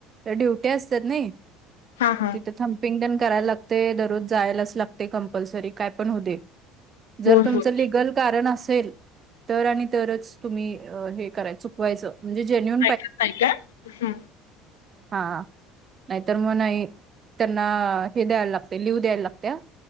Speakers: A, on the right; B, on the left.
A: तर ड्युटी असतात नाही
B: हा हा.
A: तिथं - पिंगण करायला लागते. दररोज जायलाच लागते कंपल्सरी काय पण होऊ दे. जर
B: होय
A: तुमच
B: होय
A: लीगल- कारण असेल तर आणि तरच तुम्ही हे करा चुकवायचं. ण जन्यन <inaudible>
B: ऐकच नाही काय
A: हा नाहीतर मग नाही, त्यांना हे द्यायला लागते लिव द्यायला लागते.